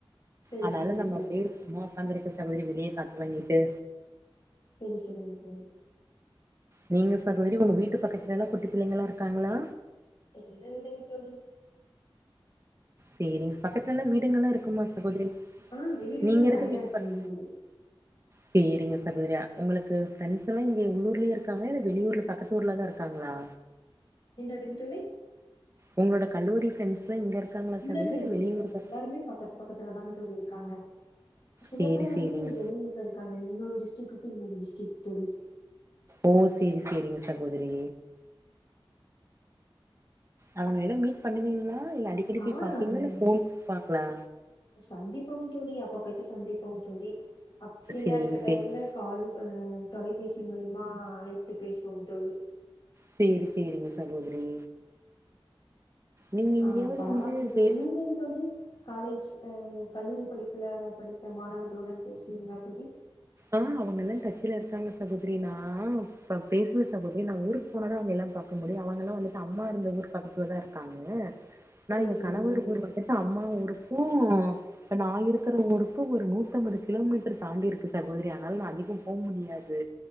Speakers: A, on the left (about 60°); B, on the right (about 30°).
A: செரி
B: ஆனால
A: செரிங்
B: நம்ம
A: தோழி
B: போயிருக்கோமோ உக்காந்து இருக்க சகோதரி வெளியே காத்து வாங்கிட்டு
A: சரி சரிங்க தோழி
B: நீங்க சகோதரி உங்க வீட்டு பக்கத்துல எல்லாம் குட்டி பிள்ளைங்களாம் இருக்காங்களா
A: இல்ல இல்லேங்க தோழி
B: சேரிங்க பக்கத்துலல்லா வீடுங்க எல்லா இருக்குமா சகோதரி
A: ஆங் வீடுங்கல்லா
B: நீங்க இருக்க
A: நெறைய
B: வீட்டு
A: இருக்கும்ங்க
B: பக்
A: தோழி
B: சேரிங்க சகோதரி ஒங்களுக்கு ஃப்ரெண்ட்ஸ் எல்லாம் இங்க உள்ளூர்லயே இருக்காங்களா இல்ல வெளியூர்ல பக்கத்துஊர்ல தா இருக்காங்களா
A: என்னாதுங் தோழி
B: உங்களோட கல்லூரி ஃப்ரெண்ட்ஸ் ஃப்ரென் இங்க இருக்காங்களா
A: இல்ல
B: சகோதரி
A: இல்லைங்க
B: வெளியூருக்கா
A: எல்லாருமே பக்கத்து பக்கத்துலதாங்க தோழியிருக்காங்க சில
B: சேரி
A: பேரு வந்து
B: சேரிங்க
A: வெளியூர்ல இருக்காங்க இன்னொரு டிஸ்டிக்கு விட்டு இன்னொரு டிஸ்டிக் தொழி
B: ஓ சேரி சேரிங்க சகோதரி அவங்க எல்லா மீட் பண்ணுவீங்களா இல்ல அடிக்கடி
A: ஆ
B: போய் பாப்பீங்களா
A: ம்
B: இல்ல ஃபோன் பாக்கலா
A: சந்திப்போங் தோழி அப்பப்பைகி சந்திப்போங் தோழி அப் ஃப்ரீயா
B: சேரி
A: இருக்க
B: சேரி
A: டைம்ல காலு அ தொலைபேசி மூலியமா அழைத்து பேசுவோ தோழி
B: சேரி சேரிங்க சகோதரி நீங்க
A: ஆ
B: எங்கேயாவது
A: பரவாயில்லங்
B: வந்து
A: தோழி
B: வே
A: நீங்கங் தோழி காலேஜ் அ கல்லூரி படிப்புல படித்த மாணவர்களுடன் பேசுவீங்களா தோழி
B: ஆங் அவங்கல்லா டச்சுல இருக்காங்க சகோதரி நா பேசுவேன் சகோதரி நா ஊருக்கு போனாதா அவங்க எல்லாம் பாக்க முடியும் அவங்க எல்லாம் வந்துட்டு அம்மா இருந்த ஊர் பக்கத்துலதா இருக்காங்க நா
A: சரி
B: இங்க
A: சரிங்க
B: கணவர்
A: தோழி.
B: ஊர் வந்தே சா அம்மா ஊருக்கும் இப்ப நான் இருக்கிற ஊருக்கும் ஒரு நூத்தம்பது கிலோமீட்டர் தாண்டிருக்கு சகோதரி ஆனாலும் நா அதிகோ போ முடியாது